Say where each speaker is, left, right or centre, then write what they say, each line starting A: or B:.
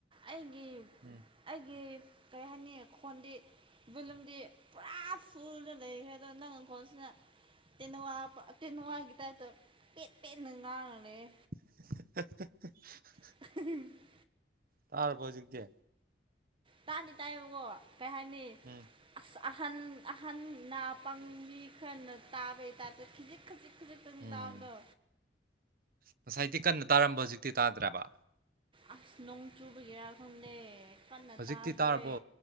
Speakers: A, on the right; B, on the right.
A: ꯑꯩꯒꯤ
B: ꯎꯝ
A: ꯑꯩꯒꯤ ꯀꯔꯤ ꯍꯥꯏꯅꯤ ꯈꯣꯟꯗꯤ ꯚꯣꯂꯨꯝꯗꯤ ꯄꯨꯔꯥ ꯐꯨꯜꯗ ꯂꯩꯈ꯭ꯔꯦ ꯑꯗꯣ ꯅꯪ ꯅꯈꯣꯜꯁꯤꯅ ꯇꯦꯟꯅꯋꯥ ꯄꯥ ꯇꯦꯟꯅꯋꯥꯒꯤ ꯇꯥꯏꯞꯇꯥ ꯄꯦꯠ ꯄꯦꯠꯅ ꯉꯥꯡꯔ ꯂꯩꯌꯦ
B: <unintelligible>
A: <unintelligible>
B: ꯇꯥꯔꯕ ꯍꯧꯖꯤꯛꯇꯤ
A: ꯇꯥꯗꯤ ꯇꯥꯏꯌꯦꯕꯀꯣ ꯀꯩ ꯍꯥꯏꯅꯤ
B: ꯎꯝ
A: ꯑꯁ ꯑꯍꯟ ꯑꯍꯟ ꯅꯥ ꯄꯡꯕꯤ ꯈꯔꯅ ꯇꯥꯕꯩ ꯇꯥꯏꯞꯇꯥ ꯈꯤꯖꯤꯛ ꯈꯖꯤꯛ ꯈꯖꯤꯛꯇꯪ
B: ꯎꯝ
A: ꯇꯥꯕꯗꯣ
B: ꯉꯁꯥꯏꯗꯤ ꯀꯟꯅ ꯇꯥꯔꯝꯕ ꯍꯧꯖꯤꯛꯇꯤ ꯇꯥꯗ꯭ꯔꯕ
A: ꯑꯁ ꯅꯣꯡ ꯆꯨꯕꯒꯤꯔꯥ ꯈꯪꯗꯦ ꯀꯟꯅ
B: ꯍꯧꯖꯤꯛꯇꯤ
A: ꯇꯥꯗ꯭ꯔꯦ
B: ꯇꯥꯔꯕꯣ